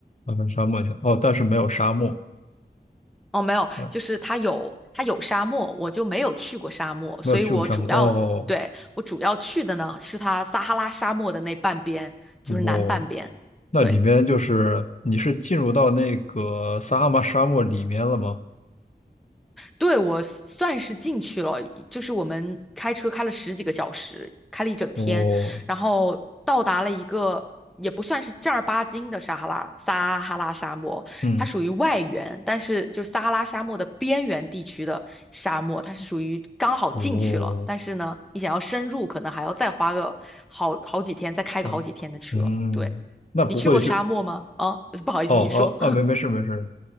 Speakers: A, on the left (about 45°); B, in the centre.
A: 阿根沙漠去了哦，但是没有沙漠，
B: 哦，没有，
A: 嗯，
B: 就是它有它有沙漠，我就没有去过沙漠，
A: 没有去过沙漠哦，
B: 所以我主要对我主要去的呢是它撒哈拉沙漠的那半边，就是南半边。
A: 哦，那里面就是你是进入到那个撒哈拉沙漠里面了吗？
B: 对。对，我算是进去了，就是我们开车开了十几个小时，开了一整天，
A: 哦，
B: 然后到达了一个也不算是正儿八经的撒哈拉撒哈拉沙漠，
A: 嗯，
B: 它属于外缘，但是就是撒哈拉沙漠的边缘地区的沙漠，它是属于刚好进去了，
A: 哦，
B: 但是呢，你想要深入，可能还要再花个好好几天，再开个好几天的车。
A: 可嗯，
B: 对，
A: 那不会就
B: 你去过沙漠吗？啊，<laughs> 不好意思，
A: 哦哦啊，
B: 你说。
A: 没没事没事，